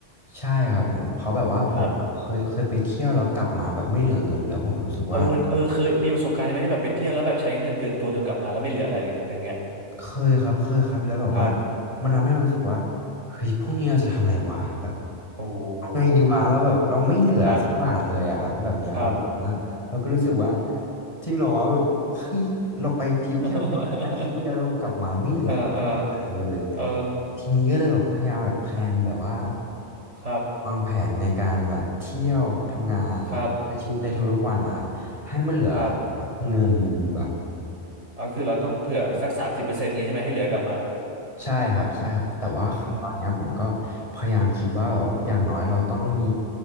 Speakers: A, on the left; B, on the right.
A: ใช่ครับผมเพราะแบบว่าผมเคยเคยไปเที่ยวแล้วกลับมาแบบไม่เหลือเงินแล้วผมรู้สึกว่า
B: ครับเออมันเออเคยมีประสบการณ์ไหมที่แบบไปเที่ยวแล้วแบบใช้เงินเกินตัวจนกลับมาแล้วไม่เหลืออะไรอะไรเงี้ยอะไรเงี้ย
A: เคยครับเคยครับแล้วแบบว่า
B: ครับ
A: มันทำให้เรารู้สึกว่าเฮ้ยพรุ่งนี้เราจะทำอะไรวะแบบ
B: โอ้โห
A: เอาไงดีวะแล้วแบบเราไม่เหลือสักบาทเลยอะครับแบบเนี้ยรู้สึกว่าเราก็รู้สึกว่า
B: ครับครับ
A: จริงเหรอวะแบบเฮ้ยเราไปทริปแค่แบบว่าอาทิตย์เดียวเรากลับมาไม่เหลือตังค์อะไรเลย
B: <laughs> เออเออเออ
A: ทีนี้ก็เลยแบบพยายามแบบแพลนแบบว่า
B: ครับ
A: วางแผนในการแบบเที่ยวทำงานแล้วก็ใช้ชีวิตในทุกๆวันนะครับให้มันเหลือ
B: ครับครับ
A: เงินแบบ
B: เอาคือเราต้องเผื่อสักสามสิบเปอร์เซ็นต์งี้ใช่ไหมให้เหลือกลับมา
A: ใช่ครับใช่ครับแต่ว่าตอนเนี้ยผมก็พยายามคิดว่าแบบว่าอย่างน้อยเราต้องมี
B: อืม